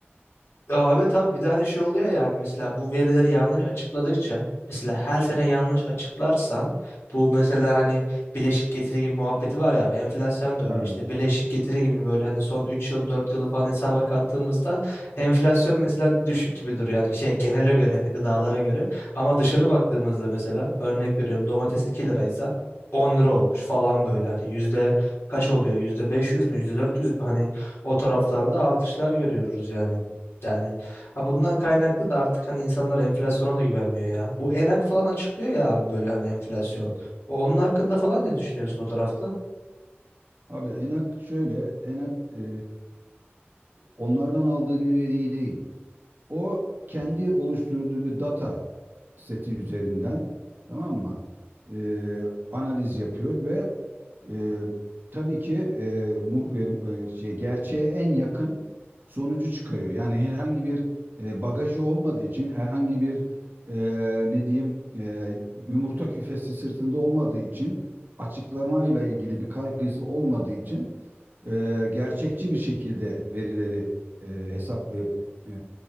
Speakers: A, on the left; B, on the right.
A: Ya evet abi bir de hani şey oluyor yani mesela bu verileri yanlış açıkladıkça mesela her sene yanlış açıklarsan bu mesela hani bileşik getiri gibi muhabbeti var ya abi enflasyon da
B: Ha,
A: öyle işte bileşik getiri gibi böyle hani son 3 yıl 4 yılı falan hesaba kattığımızda enflasyon mesela düşük gibi duruyor yani şey genele göre yani gıdalara göre ama dışarı baktığımızda mesela örnek veriyorum domates 2 liraysa 10 lira olmuş falan böyle hani yüzde kaç oluyor yüzde 500 mü yüzde 400 mü hani o taraflarda artışlar görüyoruz yani. Yani ha bundan kaynaklı da artık hani insanlar enflasyona da güvenmiyor ya. Bu enak falan açıklıyor ya abi böyle hani enflasyon.
B: evet.
A: O- Onun hakkında falan ne düşünüyorsun o tarafta?
B: Abi Enak şöyle, Enak e, onlardan aldığı bir veriyi değil. O kendi oluşturduğu bir data seti üzerinden tamam mı? E, analiz yapıyor ve e, tabii ki e, mu- e, e, şey gerçeğe en yakın sonucu çıkarıyor. Yani herhangi bir e, bagajı olmadığı için herhangi bir e, ne diyeyim e, yumurta küfesi sırtında olmadığı için açıklamayla ilgili bir kaygısı olmadığı için e, gerçekçi bir şekilde verileri e, hesaplayıp e,